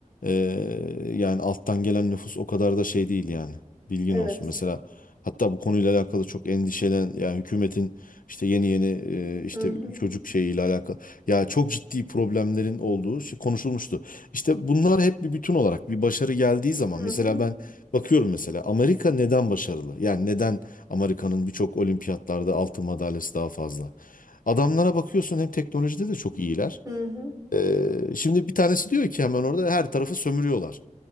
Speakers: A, on the left (about 85°); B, on the right (about 25°).
A: eee, yani alttan gelen nüfus o kadar da şey değil yani. Bilgin
B: Evet.
A: olsun. Mesela hatta bu konuyla alakalı çok endişelen yani hükümetin işte yeni yeni eee, işte
B: Hı hı.
A: çocuk şeyiyle alakalı ya çok ciddi problemlerin olduğu şey konuşulmuştu. İşte bunlar hep bir bütün olarak bir başarı geldiği zaman
B: Hı
A: mesela
B: hı.
A: ben bakıyorum mesela Amerika neden başarılı? Yani neden Amerika'nın birçok olimpiyatlarda altın madalyası daha fazla. Adamlara bakıyorsun hem teknolojide de çok iyiler.
B: Hı hı.
A: Ee, şimdi bir tanesi diyor ki hemen orada her tarafı sömürüyorlar.